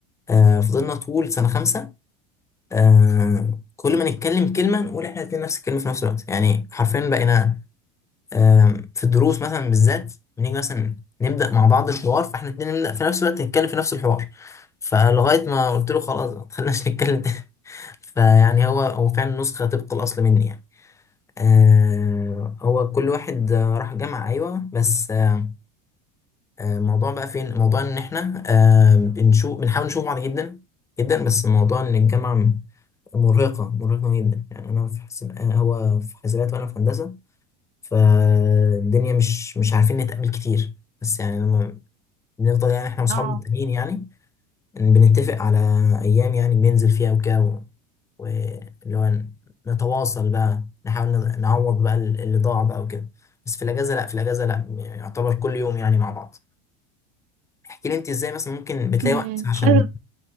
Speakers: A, on the left; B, on the right.
A: آه، فضلنا طول سنه خمسه آه، كل ما نتكلم كلمه نقول احنا الاتنين نفس الكلمه في نفس الوقت يعني حرفيا بقينا آم، في الدروس مثلا بالذات بنيجي مثلا نبدا مع بعض الحوار فاحنا الاتنين نبدا في نفس الوقت نتكلم في نفس الحوار فلغايه ما قلت له خلاص ما تخليناش نتكلم تاني <laughs> فيعني هو هو فعلا نسخه طبق الاصل مني يعني آه هو كل واحد آه، راح جامعه ايوه بس آه آه، الموضوع بقى فين الموضوع ان احنا آه بنشوف بنحاول نشوف بعض جدا جدا بس الموضوع ان الجامعه مرهقه مرهقه جدا يعني انا في حسب هو في حسابات وانا في هندسه فالدنيا مش مش عارفين نتقابل كتير بس يعني لما بنفضل يعني احنا واصحابنا
B: اه
A: التانيين يعني إن بنتفق على ايام يعني بننزل فيها وكده و- واللي هو نتواصل بقى نحاول ن- نعوض بقى ال- اللي ضاع بقى وكده بس في الاجازه لا في الاجازه لا يعتبر كل يوم يعني مع بعض احكي لي انت ازاي مثلا ممكن بتلاقي
B: مم.
A: وقت عشان
B: حلو